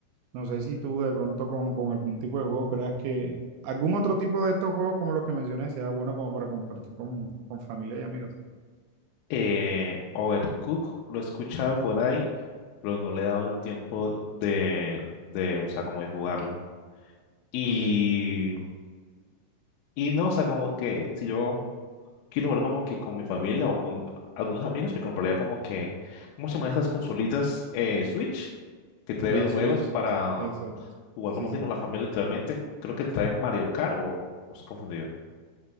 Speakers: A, on the right (about 80°); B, on the left (about 80°).
A: No sé si tú de pronto con, con algún tipo de juego creas que algún otro tipo de estos juegos como los que mencioné sea bueno como para compartir con, con familia y amigos.
B: Eh, Overcooked lo he escuchado por ahí, pero no le he dado el tiempo de, de, o sea, como de jugarlo. Y,
A: Ok,
B: y no, o sea, como que si yo quiero jugar como que con mi familia o con algunos amigos, me compraría como que, ¿cómo se llaman esas consolitas eh, Switch que trae
A: la
B: videojuegos
A: Switch,
B: para
A: exacto.
B: jugar
A: Sí,
B: como
A: sí.
B: que con la familia literalmente? Creo que trae Mario Kart o, o estoy confundido.